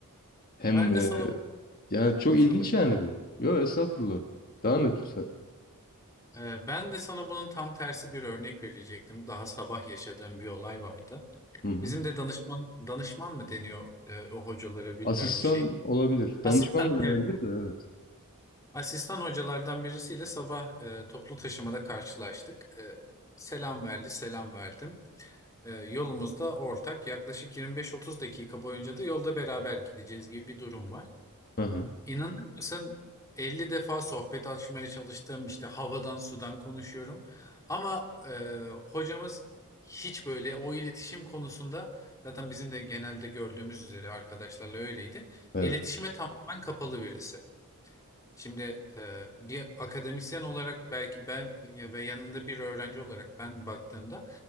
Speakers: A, on the left (about 40°); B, on the left (about 15°).
A: Hem
B: Ben
A: e,
B: de sana bu
A: yani
B: Heh,
A: çok
B: lafını
A: ilginç
B: bırak.
A: yani bu. Yo estağfurullah. Devam et lütfen.
B: Ee, Ben de sana bunun tam tersi bir örnek verecektim. Daha sabah yaşadığım bir olay vardı.
A: Hı hı.
B: Bizim de danışman danışman mı deniyor e, o hocalara bilmiyorum
A: Asistan
B: şey.
A: olabilir.
B: Asistan.
A: Danışman da
B: Evet.
A: denebilir de evet.
B: Asistan hocalardan birisiyle sabah e, toplu taşımada karşılaştık. E, selam verdi, selam verdim. E, yolumuzda ortak yaklaşık 25-30 dakika boyunca da yolda beraber gideceğiz gibi bir durum var.
A: Hı hı.
B: İnanır mısın 50 defa sohbet açmaya çalıştım işte havadan sudan konuşuyorum ama e, hocamız hiç böyle o iletişim konusunda zaten bizim de genelde gördüğümüz üzere arkadaşlarla öyleydi.
A: Evet.
B: İletişime tamamen kapalı birisi. Şimdi e, bir akademisyen olarak belki ben ya- ve yanında bir öğrenci olarak ben baktığımda